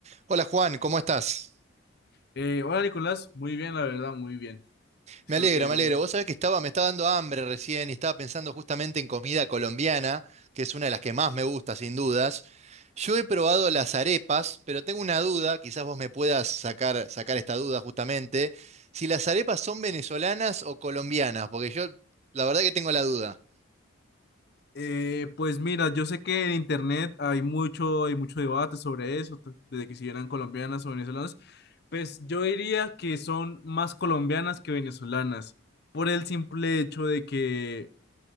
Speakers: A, on the right; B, on the left.
A: Hola Juan, ¿cómo estás?
B: Eh, hola Nicolás, muy bien, la verdad, muy bien. Espero
A: Me alegro,
B: que
A: me
B: lo
A: alegro.
B: mismo.
A: Vos sabés que estaba, me estaba dando hambre recién y estaba pensando justamente en comida colombiana, que es una de las que más me gusta, sin dudas. Yo he probado las arepas, pero tengo una duda, quizás vos me puedas sacar, sacar esta duda justamente, si las arepas son venezolanas o colombianas, porque yo la verdad que tengo la duda.
B: Eh, pues mira, yo sé que en internet hay mucho, hay mucho debate sobre eso, t- desde que si eran colombianas o venezolanas. Pues yo diría que son más colombianas que venezolanas, por el simple hecho de que